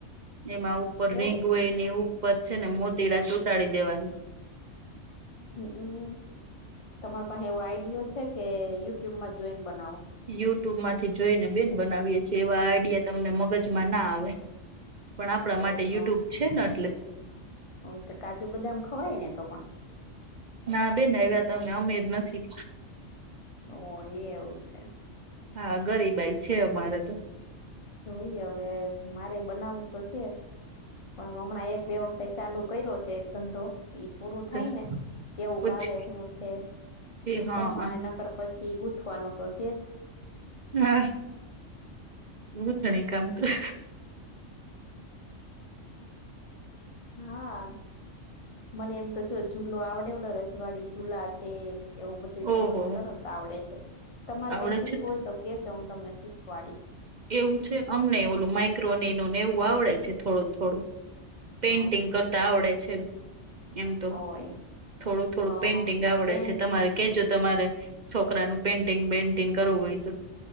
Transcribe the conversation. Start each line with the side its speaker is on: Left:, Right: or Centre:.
Right: એમાં ઉપર
Left: એવું
Right: રીંગ હોય એની ઉપર છે ને મોતીડા ચોટાડી દેવાનું
Left: હમ્મ તમાર પાસે એવો આઈડયો છે કે યુટ્યુબમાં જોઈન બનાવો
Right: યુટ્યુબ માંથી જોઈને બેન બનાવીએ છેીએ એવા આઈડિયા તમને મગજમાં ના આવે પણ આપણા
Left: હોય
Right: માટે યુટ્યુબ છે ને એટલે
Left: હવે તો કાજુ બદામ ખવાય ને તો પણ
Right: ના બેન એવા ત અમે અમેર નથી
Left: ઓ એ એવું છે
Right: હા ગરીબાઈ છે અમારે તો
Left: જોઈએ હવે મારે બનાવવું તો છે પણ હમણાં એક વ્યવસાય ચાલુ કર્યો છે એક ધંધો ઈ પૂરું થાય
Right: હ
Left: ને કેવું
Right: પછી
Left: કાલે હું છે ઈ
Right: હા
Left: પ્રમાણે ન પછી ગૂથવાનું તો છે જ
Right: હા બું થણી કામ તું
Left: હા મને એમ તો જો ઝૂલો આવડે હોને રજવાડી ઝુલા છે એવું બધું
Right: ઓહો
Left: તો મને સરસ આવડે છે તમારે
Right: આવડે
Left: કઈ શીખવું
Right: છે
Left: હોય તો કે હું તમને શીખવાડીશ
Right: એવું છે અમને ઓલું માઈક્રો અને એનું નેવું આવડે છે થોડું થોડું પેઇન્ટિંગ
Left: હ
Right: કરતા આવડે છે એમ તો
Left: ઓય
Right: થોડું થોડું
Left: હ
Right: પેઇન્ટિંગ
Left: હ
Right: આવડે
Left: પેન્ટિંગ
Right: છે તમારે કે જો તમારે છોકરાનું પેન્ટિંગ બેન્ટિંગ કરવું હોય તો